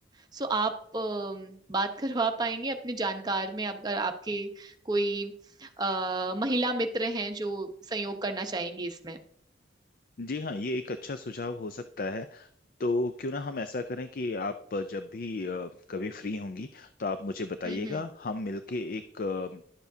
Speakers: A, on the right; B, on the left.
A: सो आप अ, बात <laughs> करवा पाएंगे अपने जानकार में आप, अगर आपके कोई आ, महिला मित्र हैं जो सहयोग करना चाहेंगी इसमें
B: जी हाँ ये एक अच्छा सुझाव हो सकता है तो क्यों ना हम ऐसा करें कि आप जब भी अ, कभी फ्री होंगी तो आप मुझे बताइएगा
A: हम्म हम्म
B: हम मिलके एक अ,